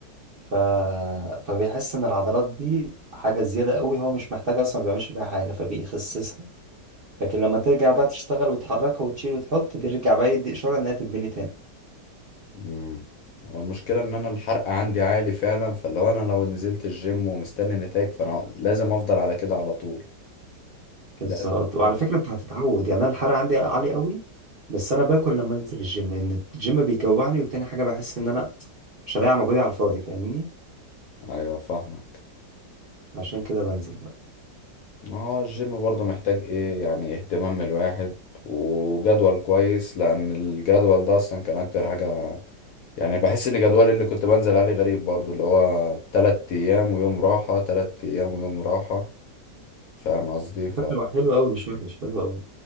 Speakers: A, on the right; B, on the left.
A: ف... فبيحس ان العضلات دي حاجة زيادة قوي هو مش محتاج اصلا ما بيعملش بيها حاجة فبيخسسها لكن لما ترجع بقى تشتغل وتحركها وتشيل وتحط بيرجع بقى يدي إشارة إنها تتبني تاني
B: امم هو المشكلة ان انا الحرق عندي عالي فعلا فاللي هو انا لو نزلت الجيم ومستني نتائج فانا لازم افضل على كده على طول لازم
A: بالظبط
B: افضل
A: وعلى فكرة انت هتتعود يعني انا الحرق عندي عالي قوي بس انا باكل لما انزل الجيم لان الجيم بيجوعني وتاني حاجة بحس ان انا مش هضيع مجهودي على الفاضي فاهمني
B: ايوه فاهمك
A: عشان كده بنزل بقى
B: ما هو الجيم برضه محتاج ايه يعني اهتمام من الواحد وجدول كويس لان الجدول ده اصلا كان اكتر حاجة يعني بحس ان جدولي اللي كنت بنزل عليه غريب برضه اللي هو تلات ايام ويوم راحة تلات ايام ويوم راحة فاهم قصدي ف
A: فاكره حلو قوي مش وحش حلو قوي